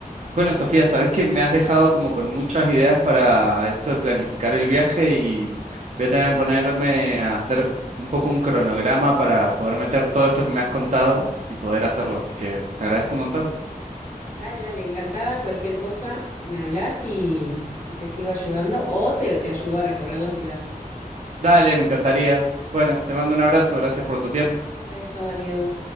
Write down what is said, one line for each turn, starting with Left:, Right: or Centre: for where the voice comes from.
Right: Bueno, Sofía, sabes que me has dejado como con muchas ideas para esto de planificar el viaje y voy a tener que ponerme a hacer un poco un cronograma para poder meter todo esto que me has contado y poder hacerlo. Así que te agradezco un montón.
Left: Dale, dale, encantada. Cualquier cosa, me hablas y, y te sigo ayudando o te, te ayudo a recorrer la ciudad.
Right: Dale, me encantaría. Bueno, te mando un abrazo, gracias por tu tiempo.
Left: Un beso, adiós.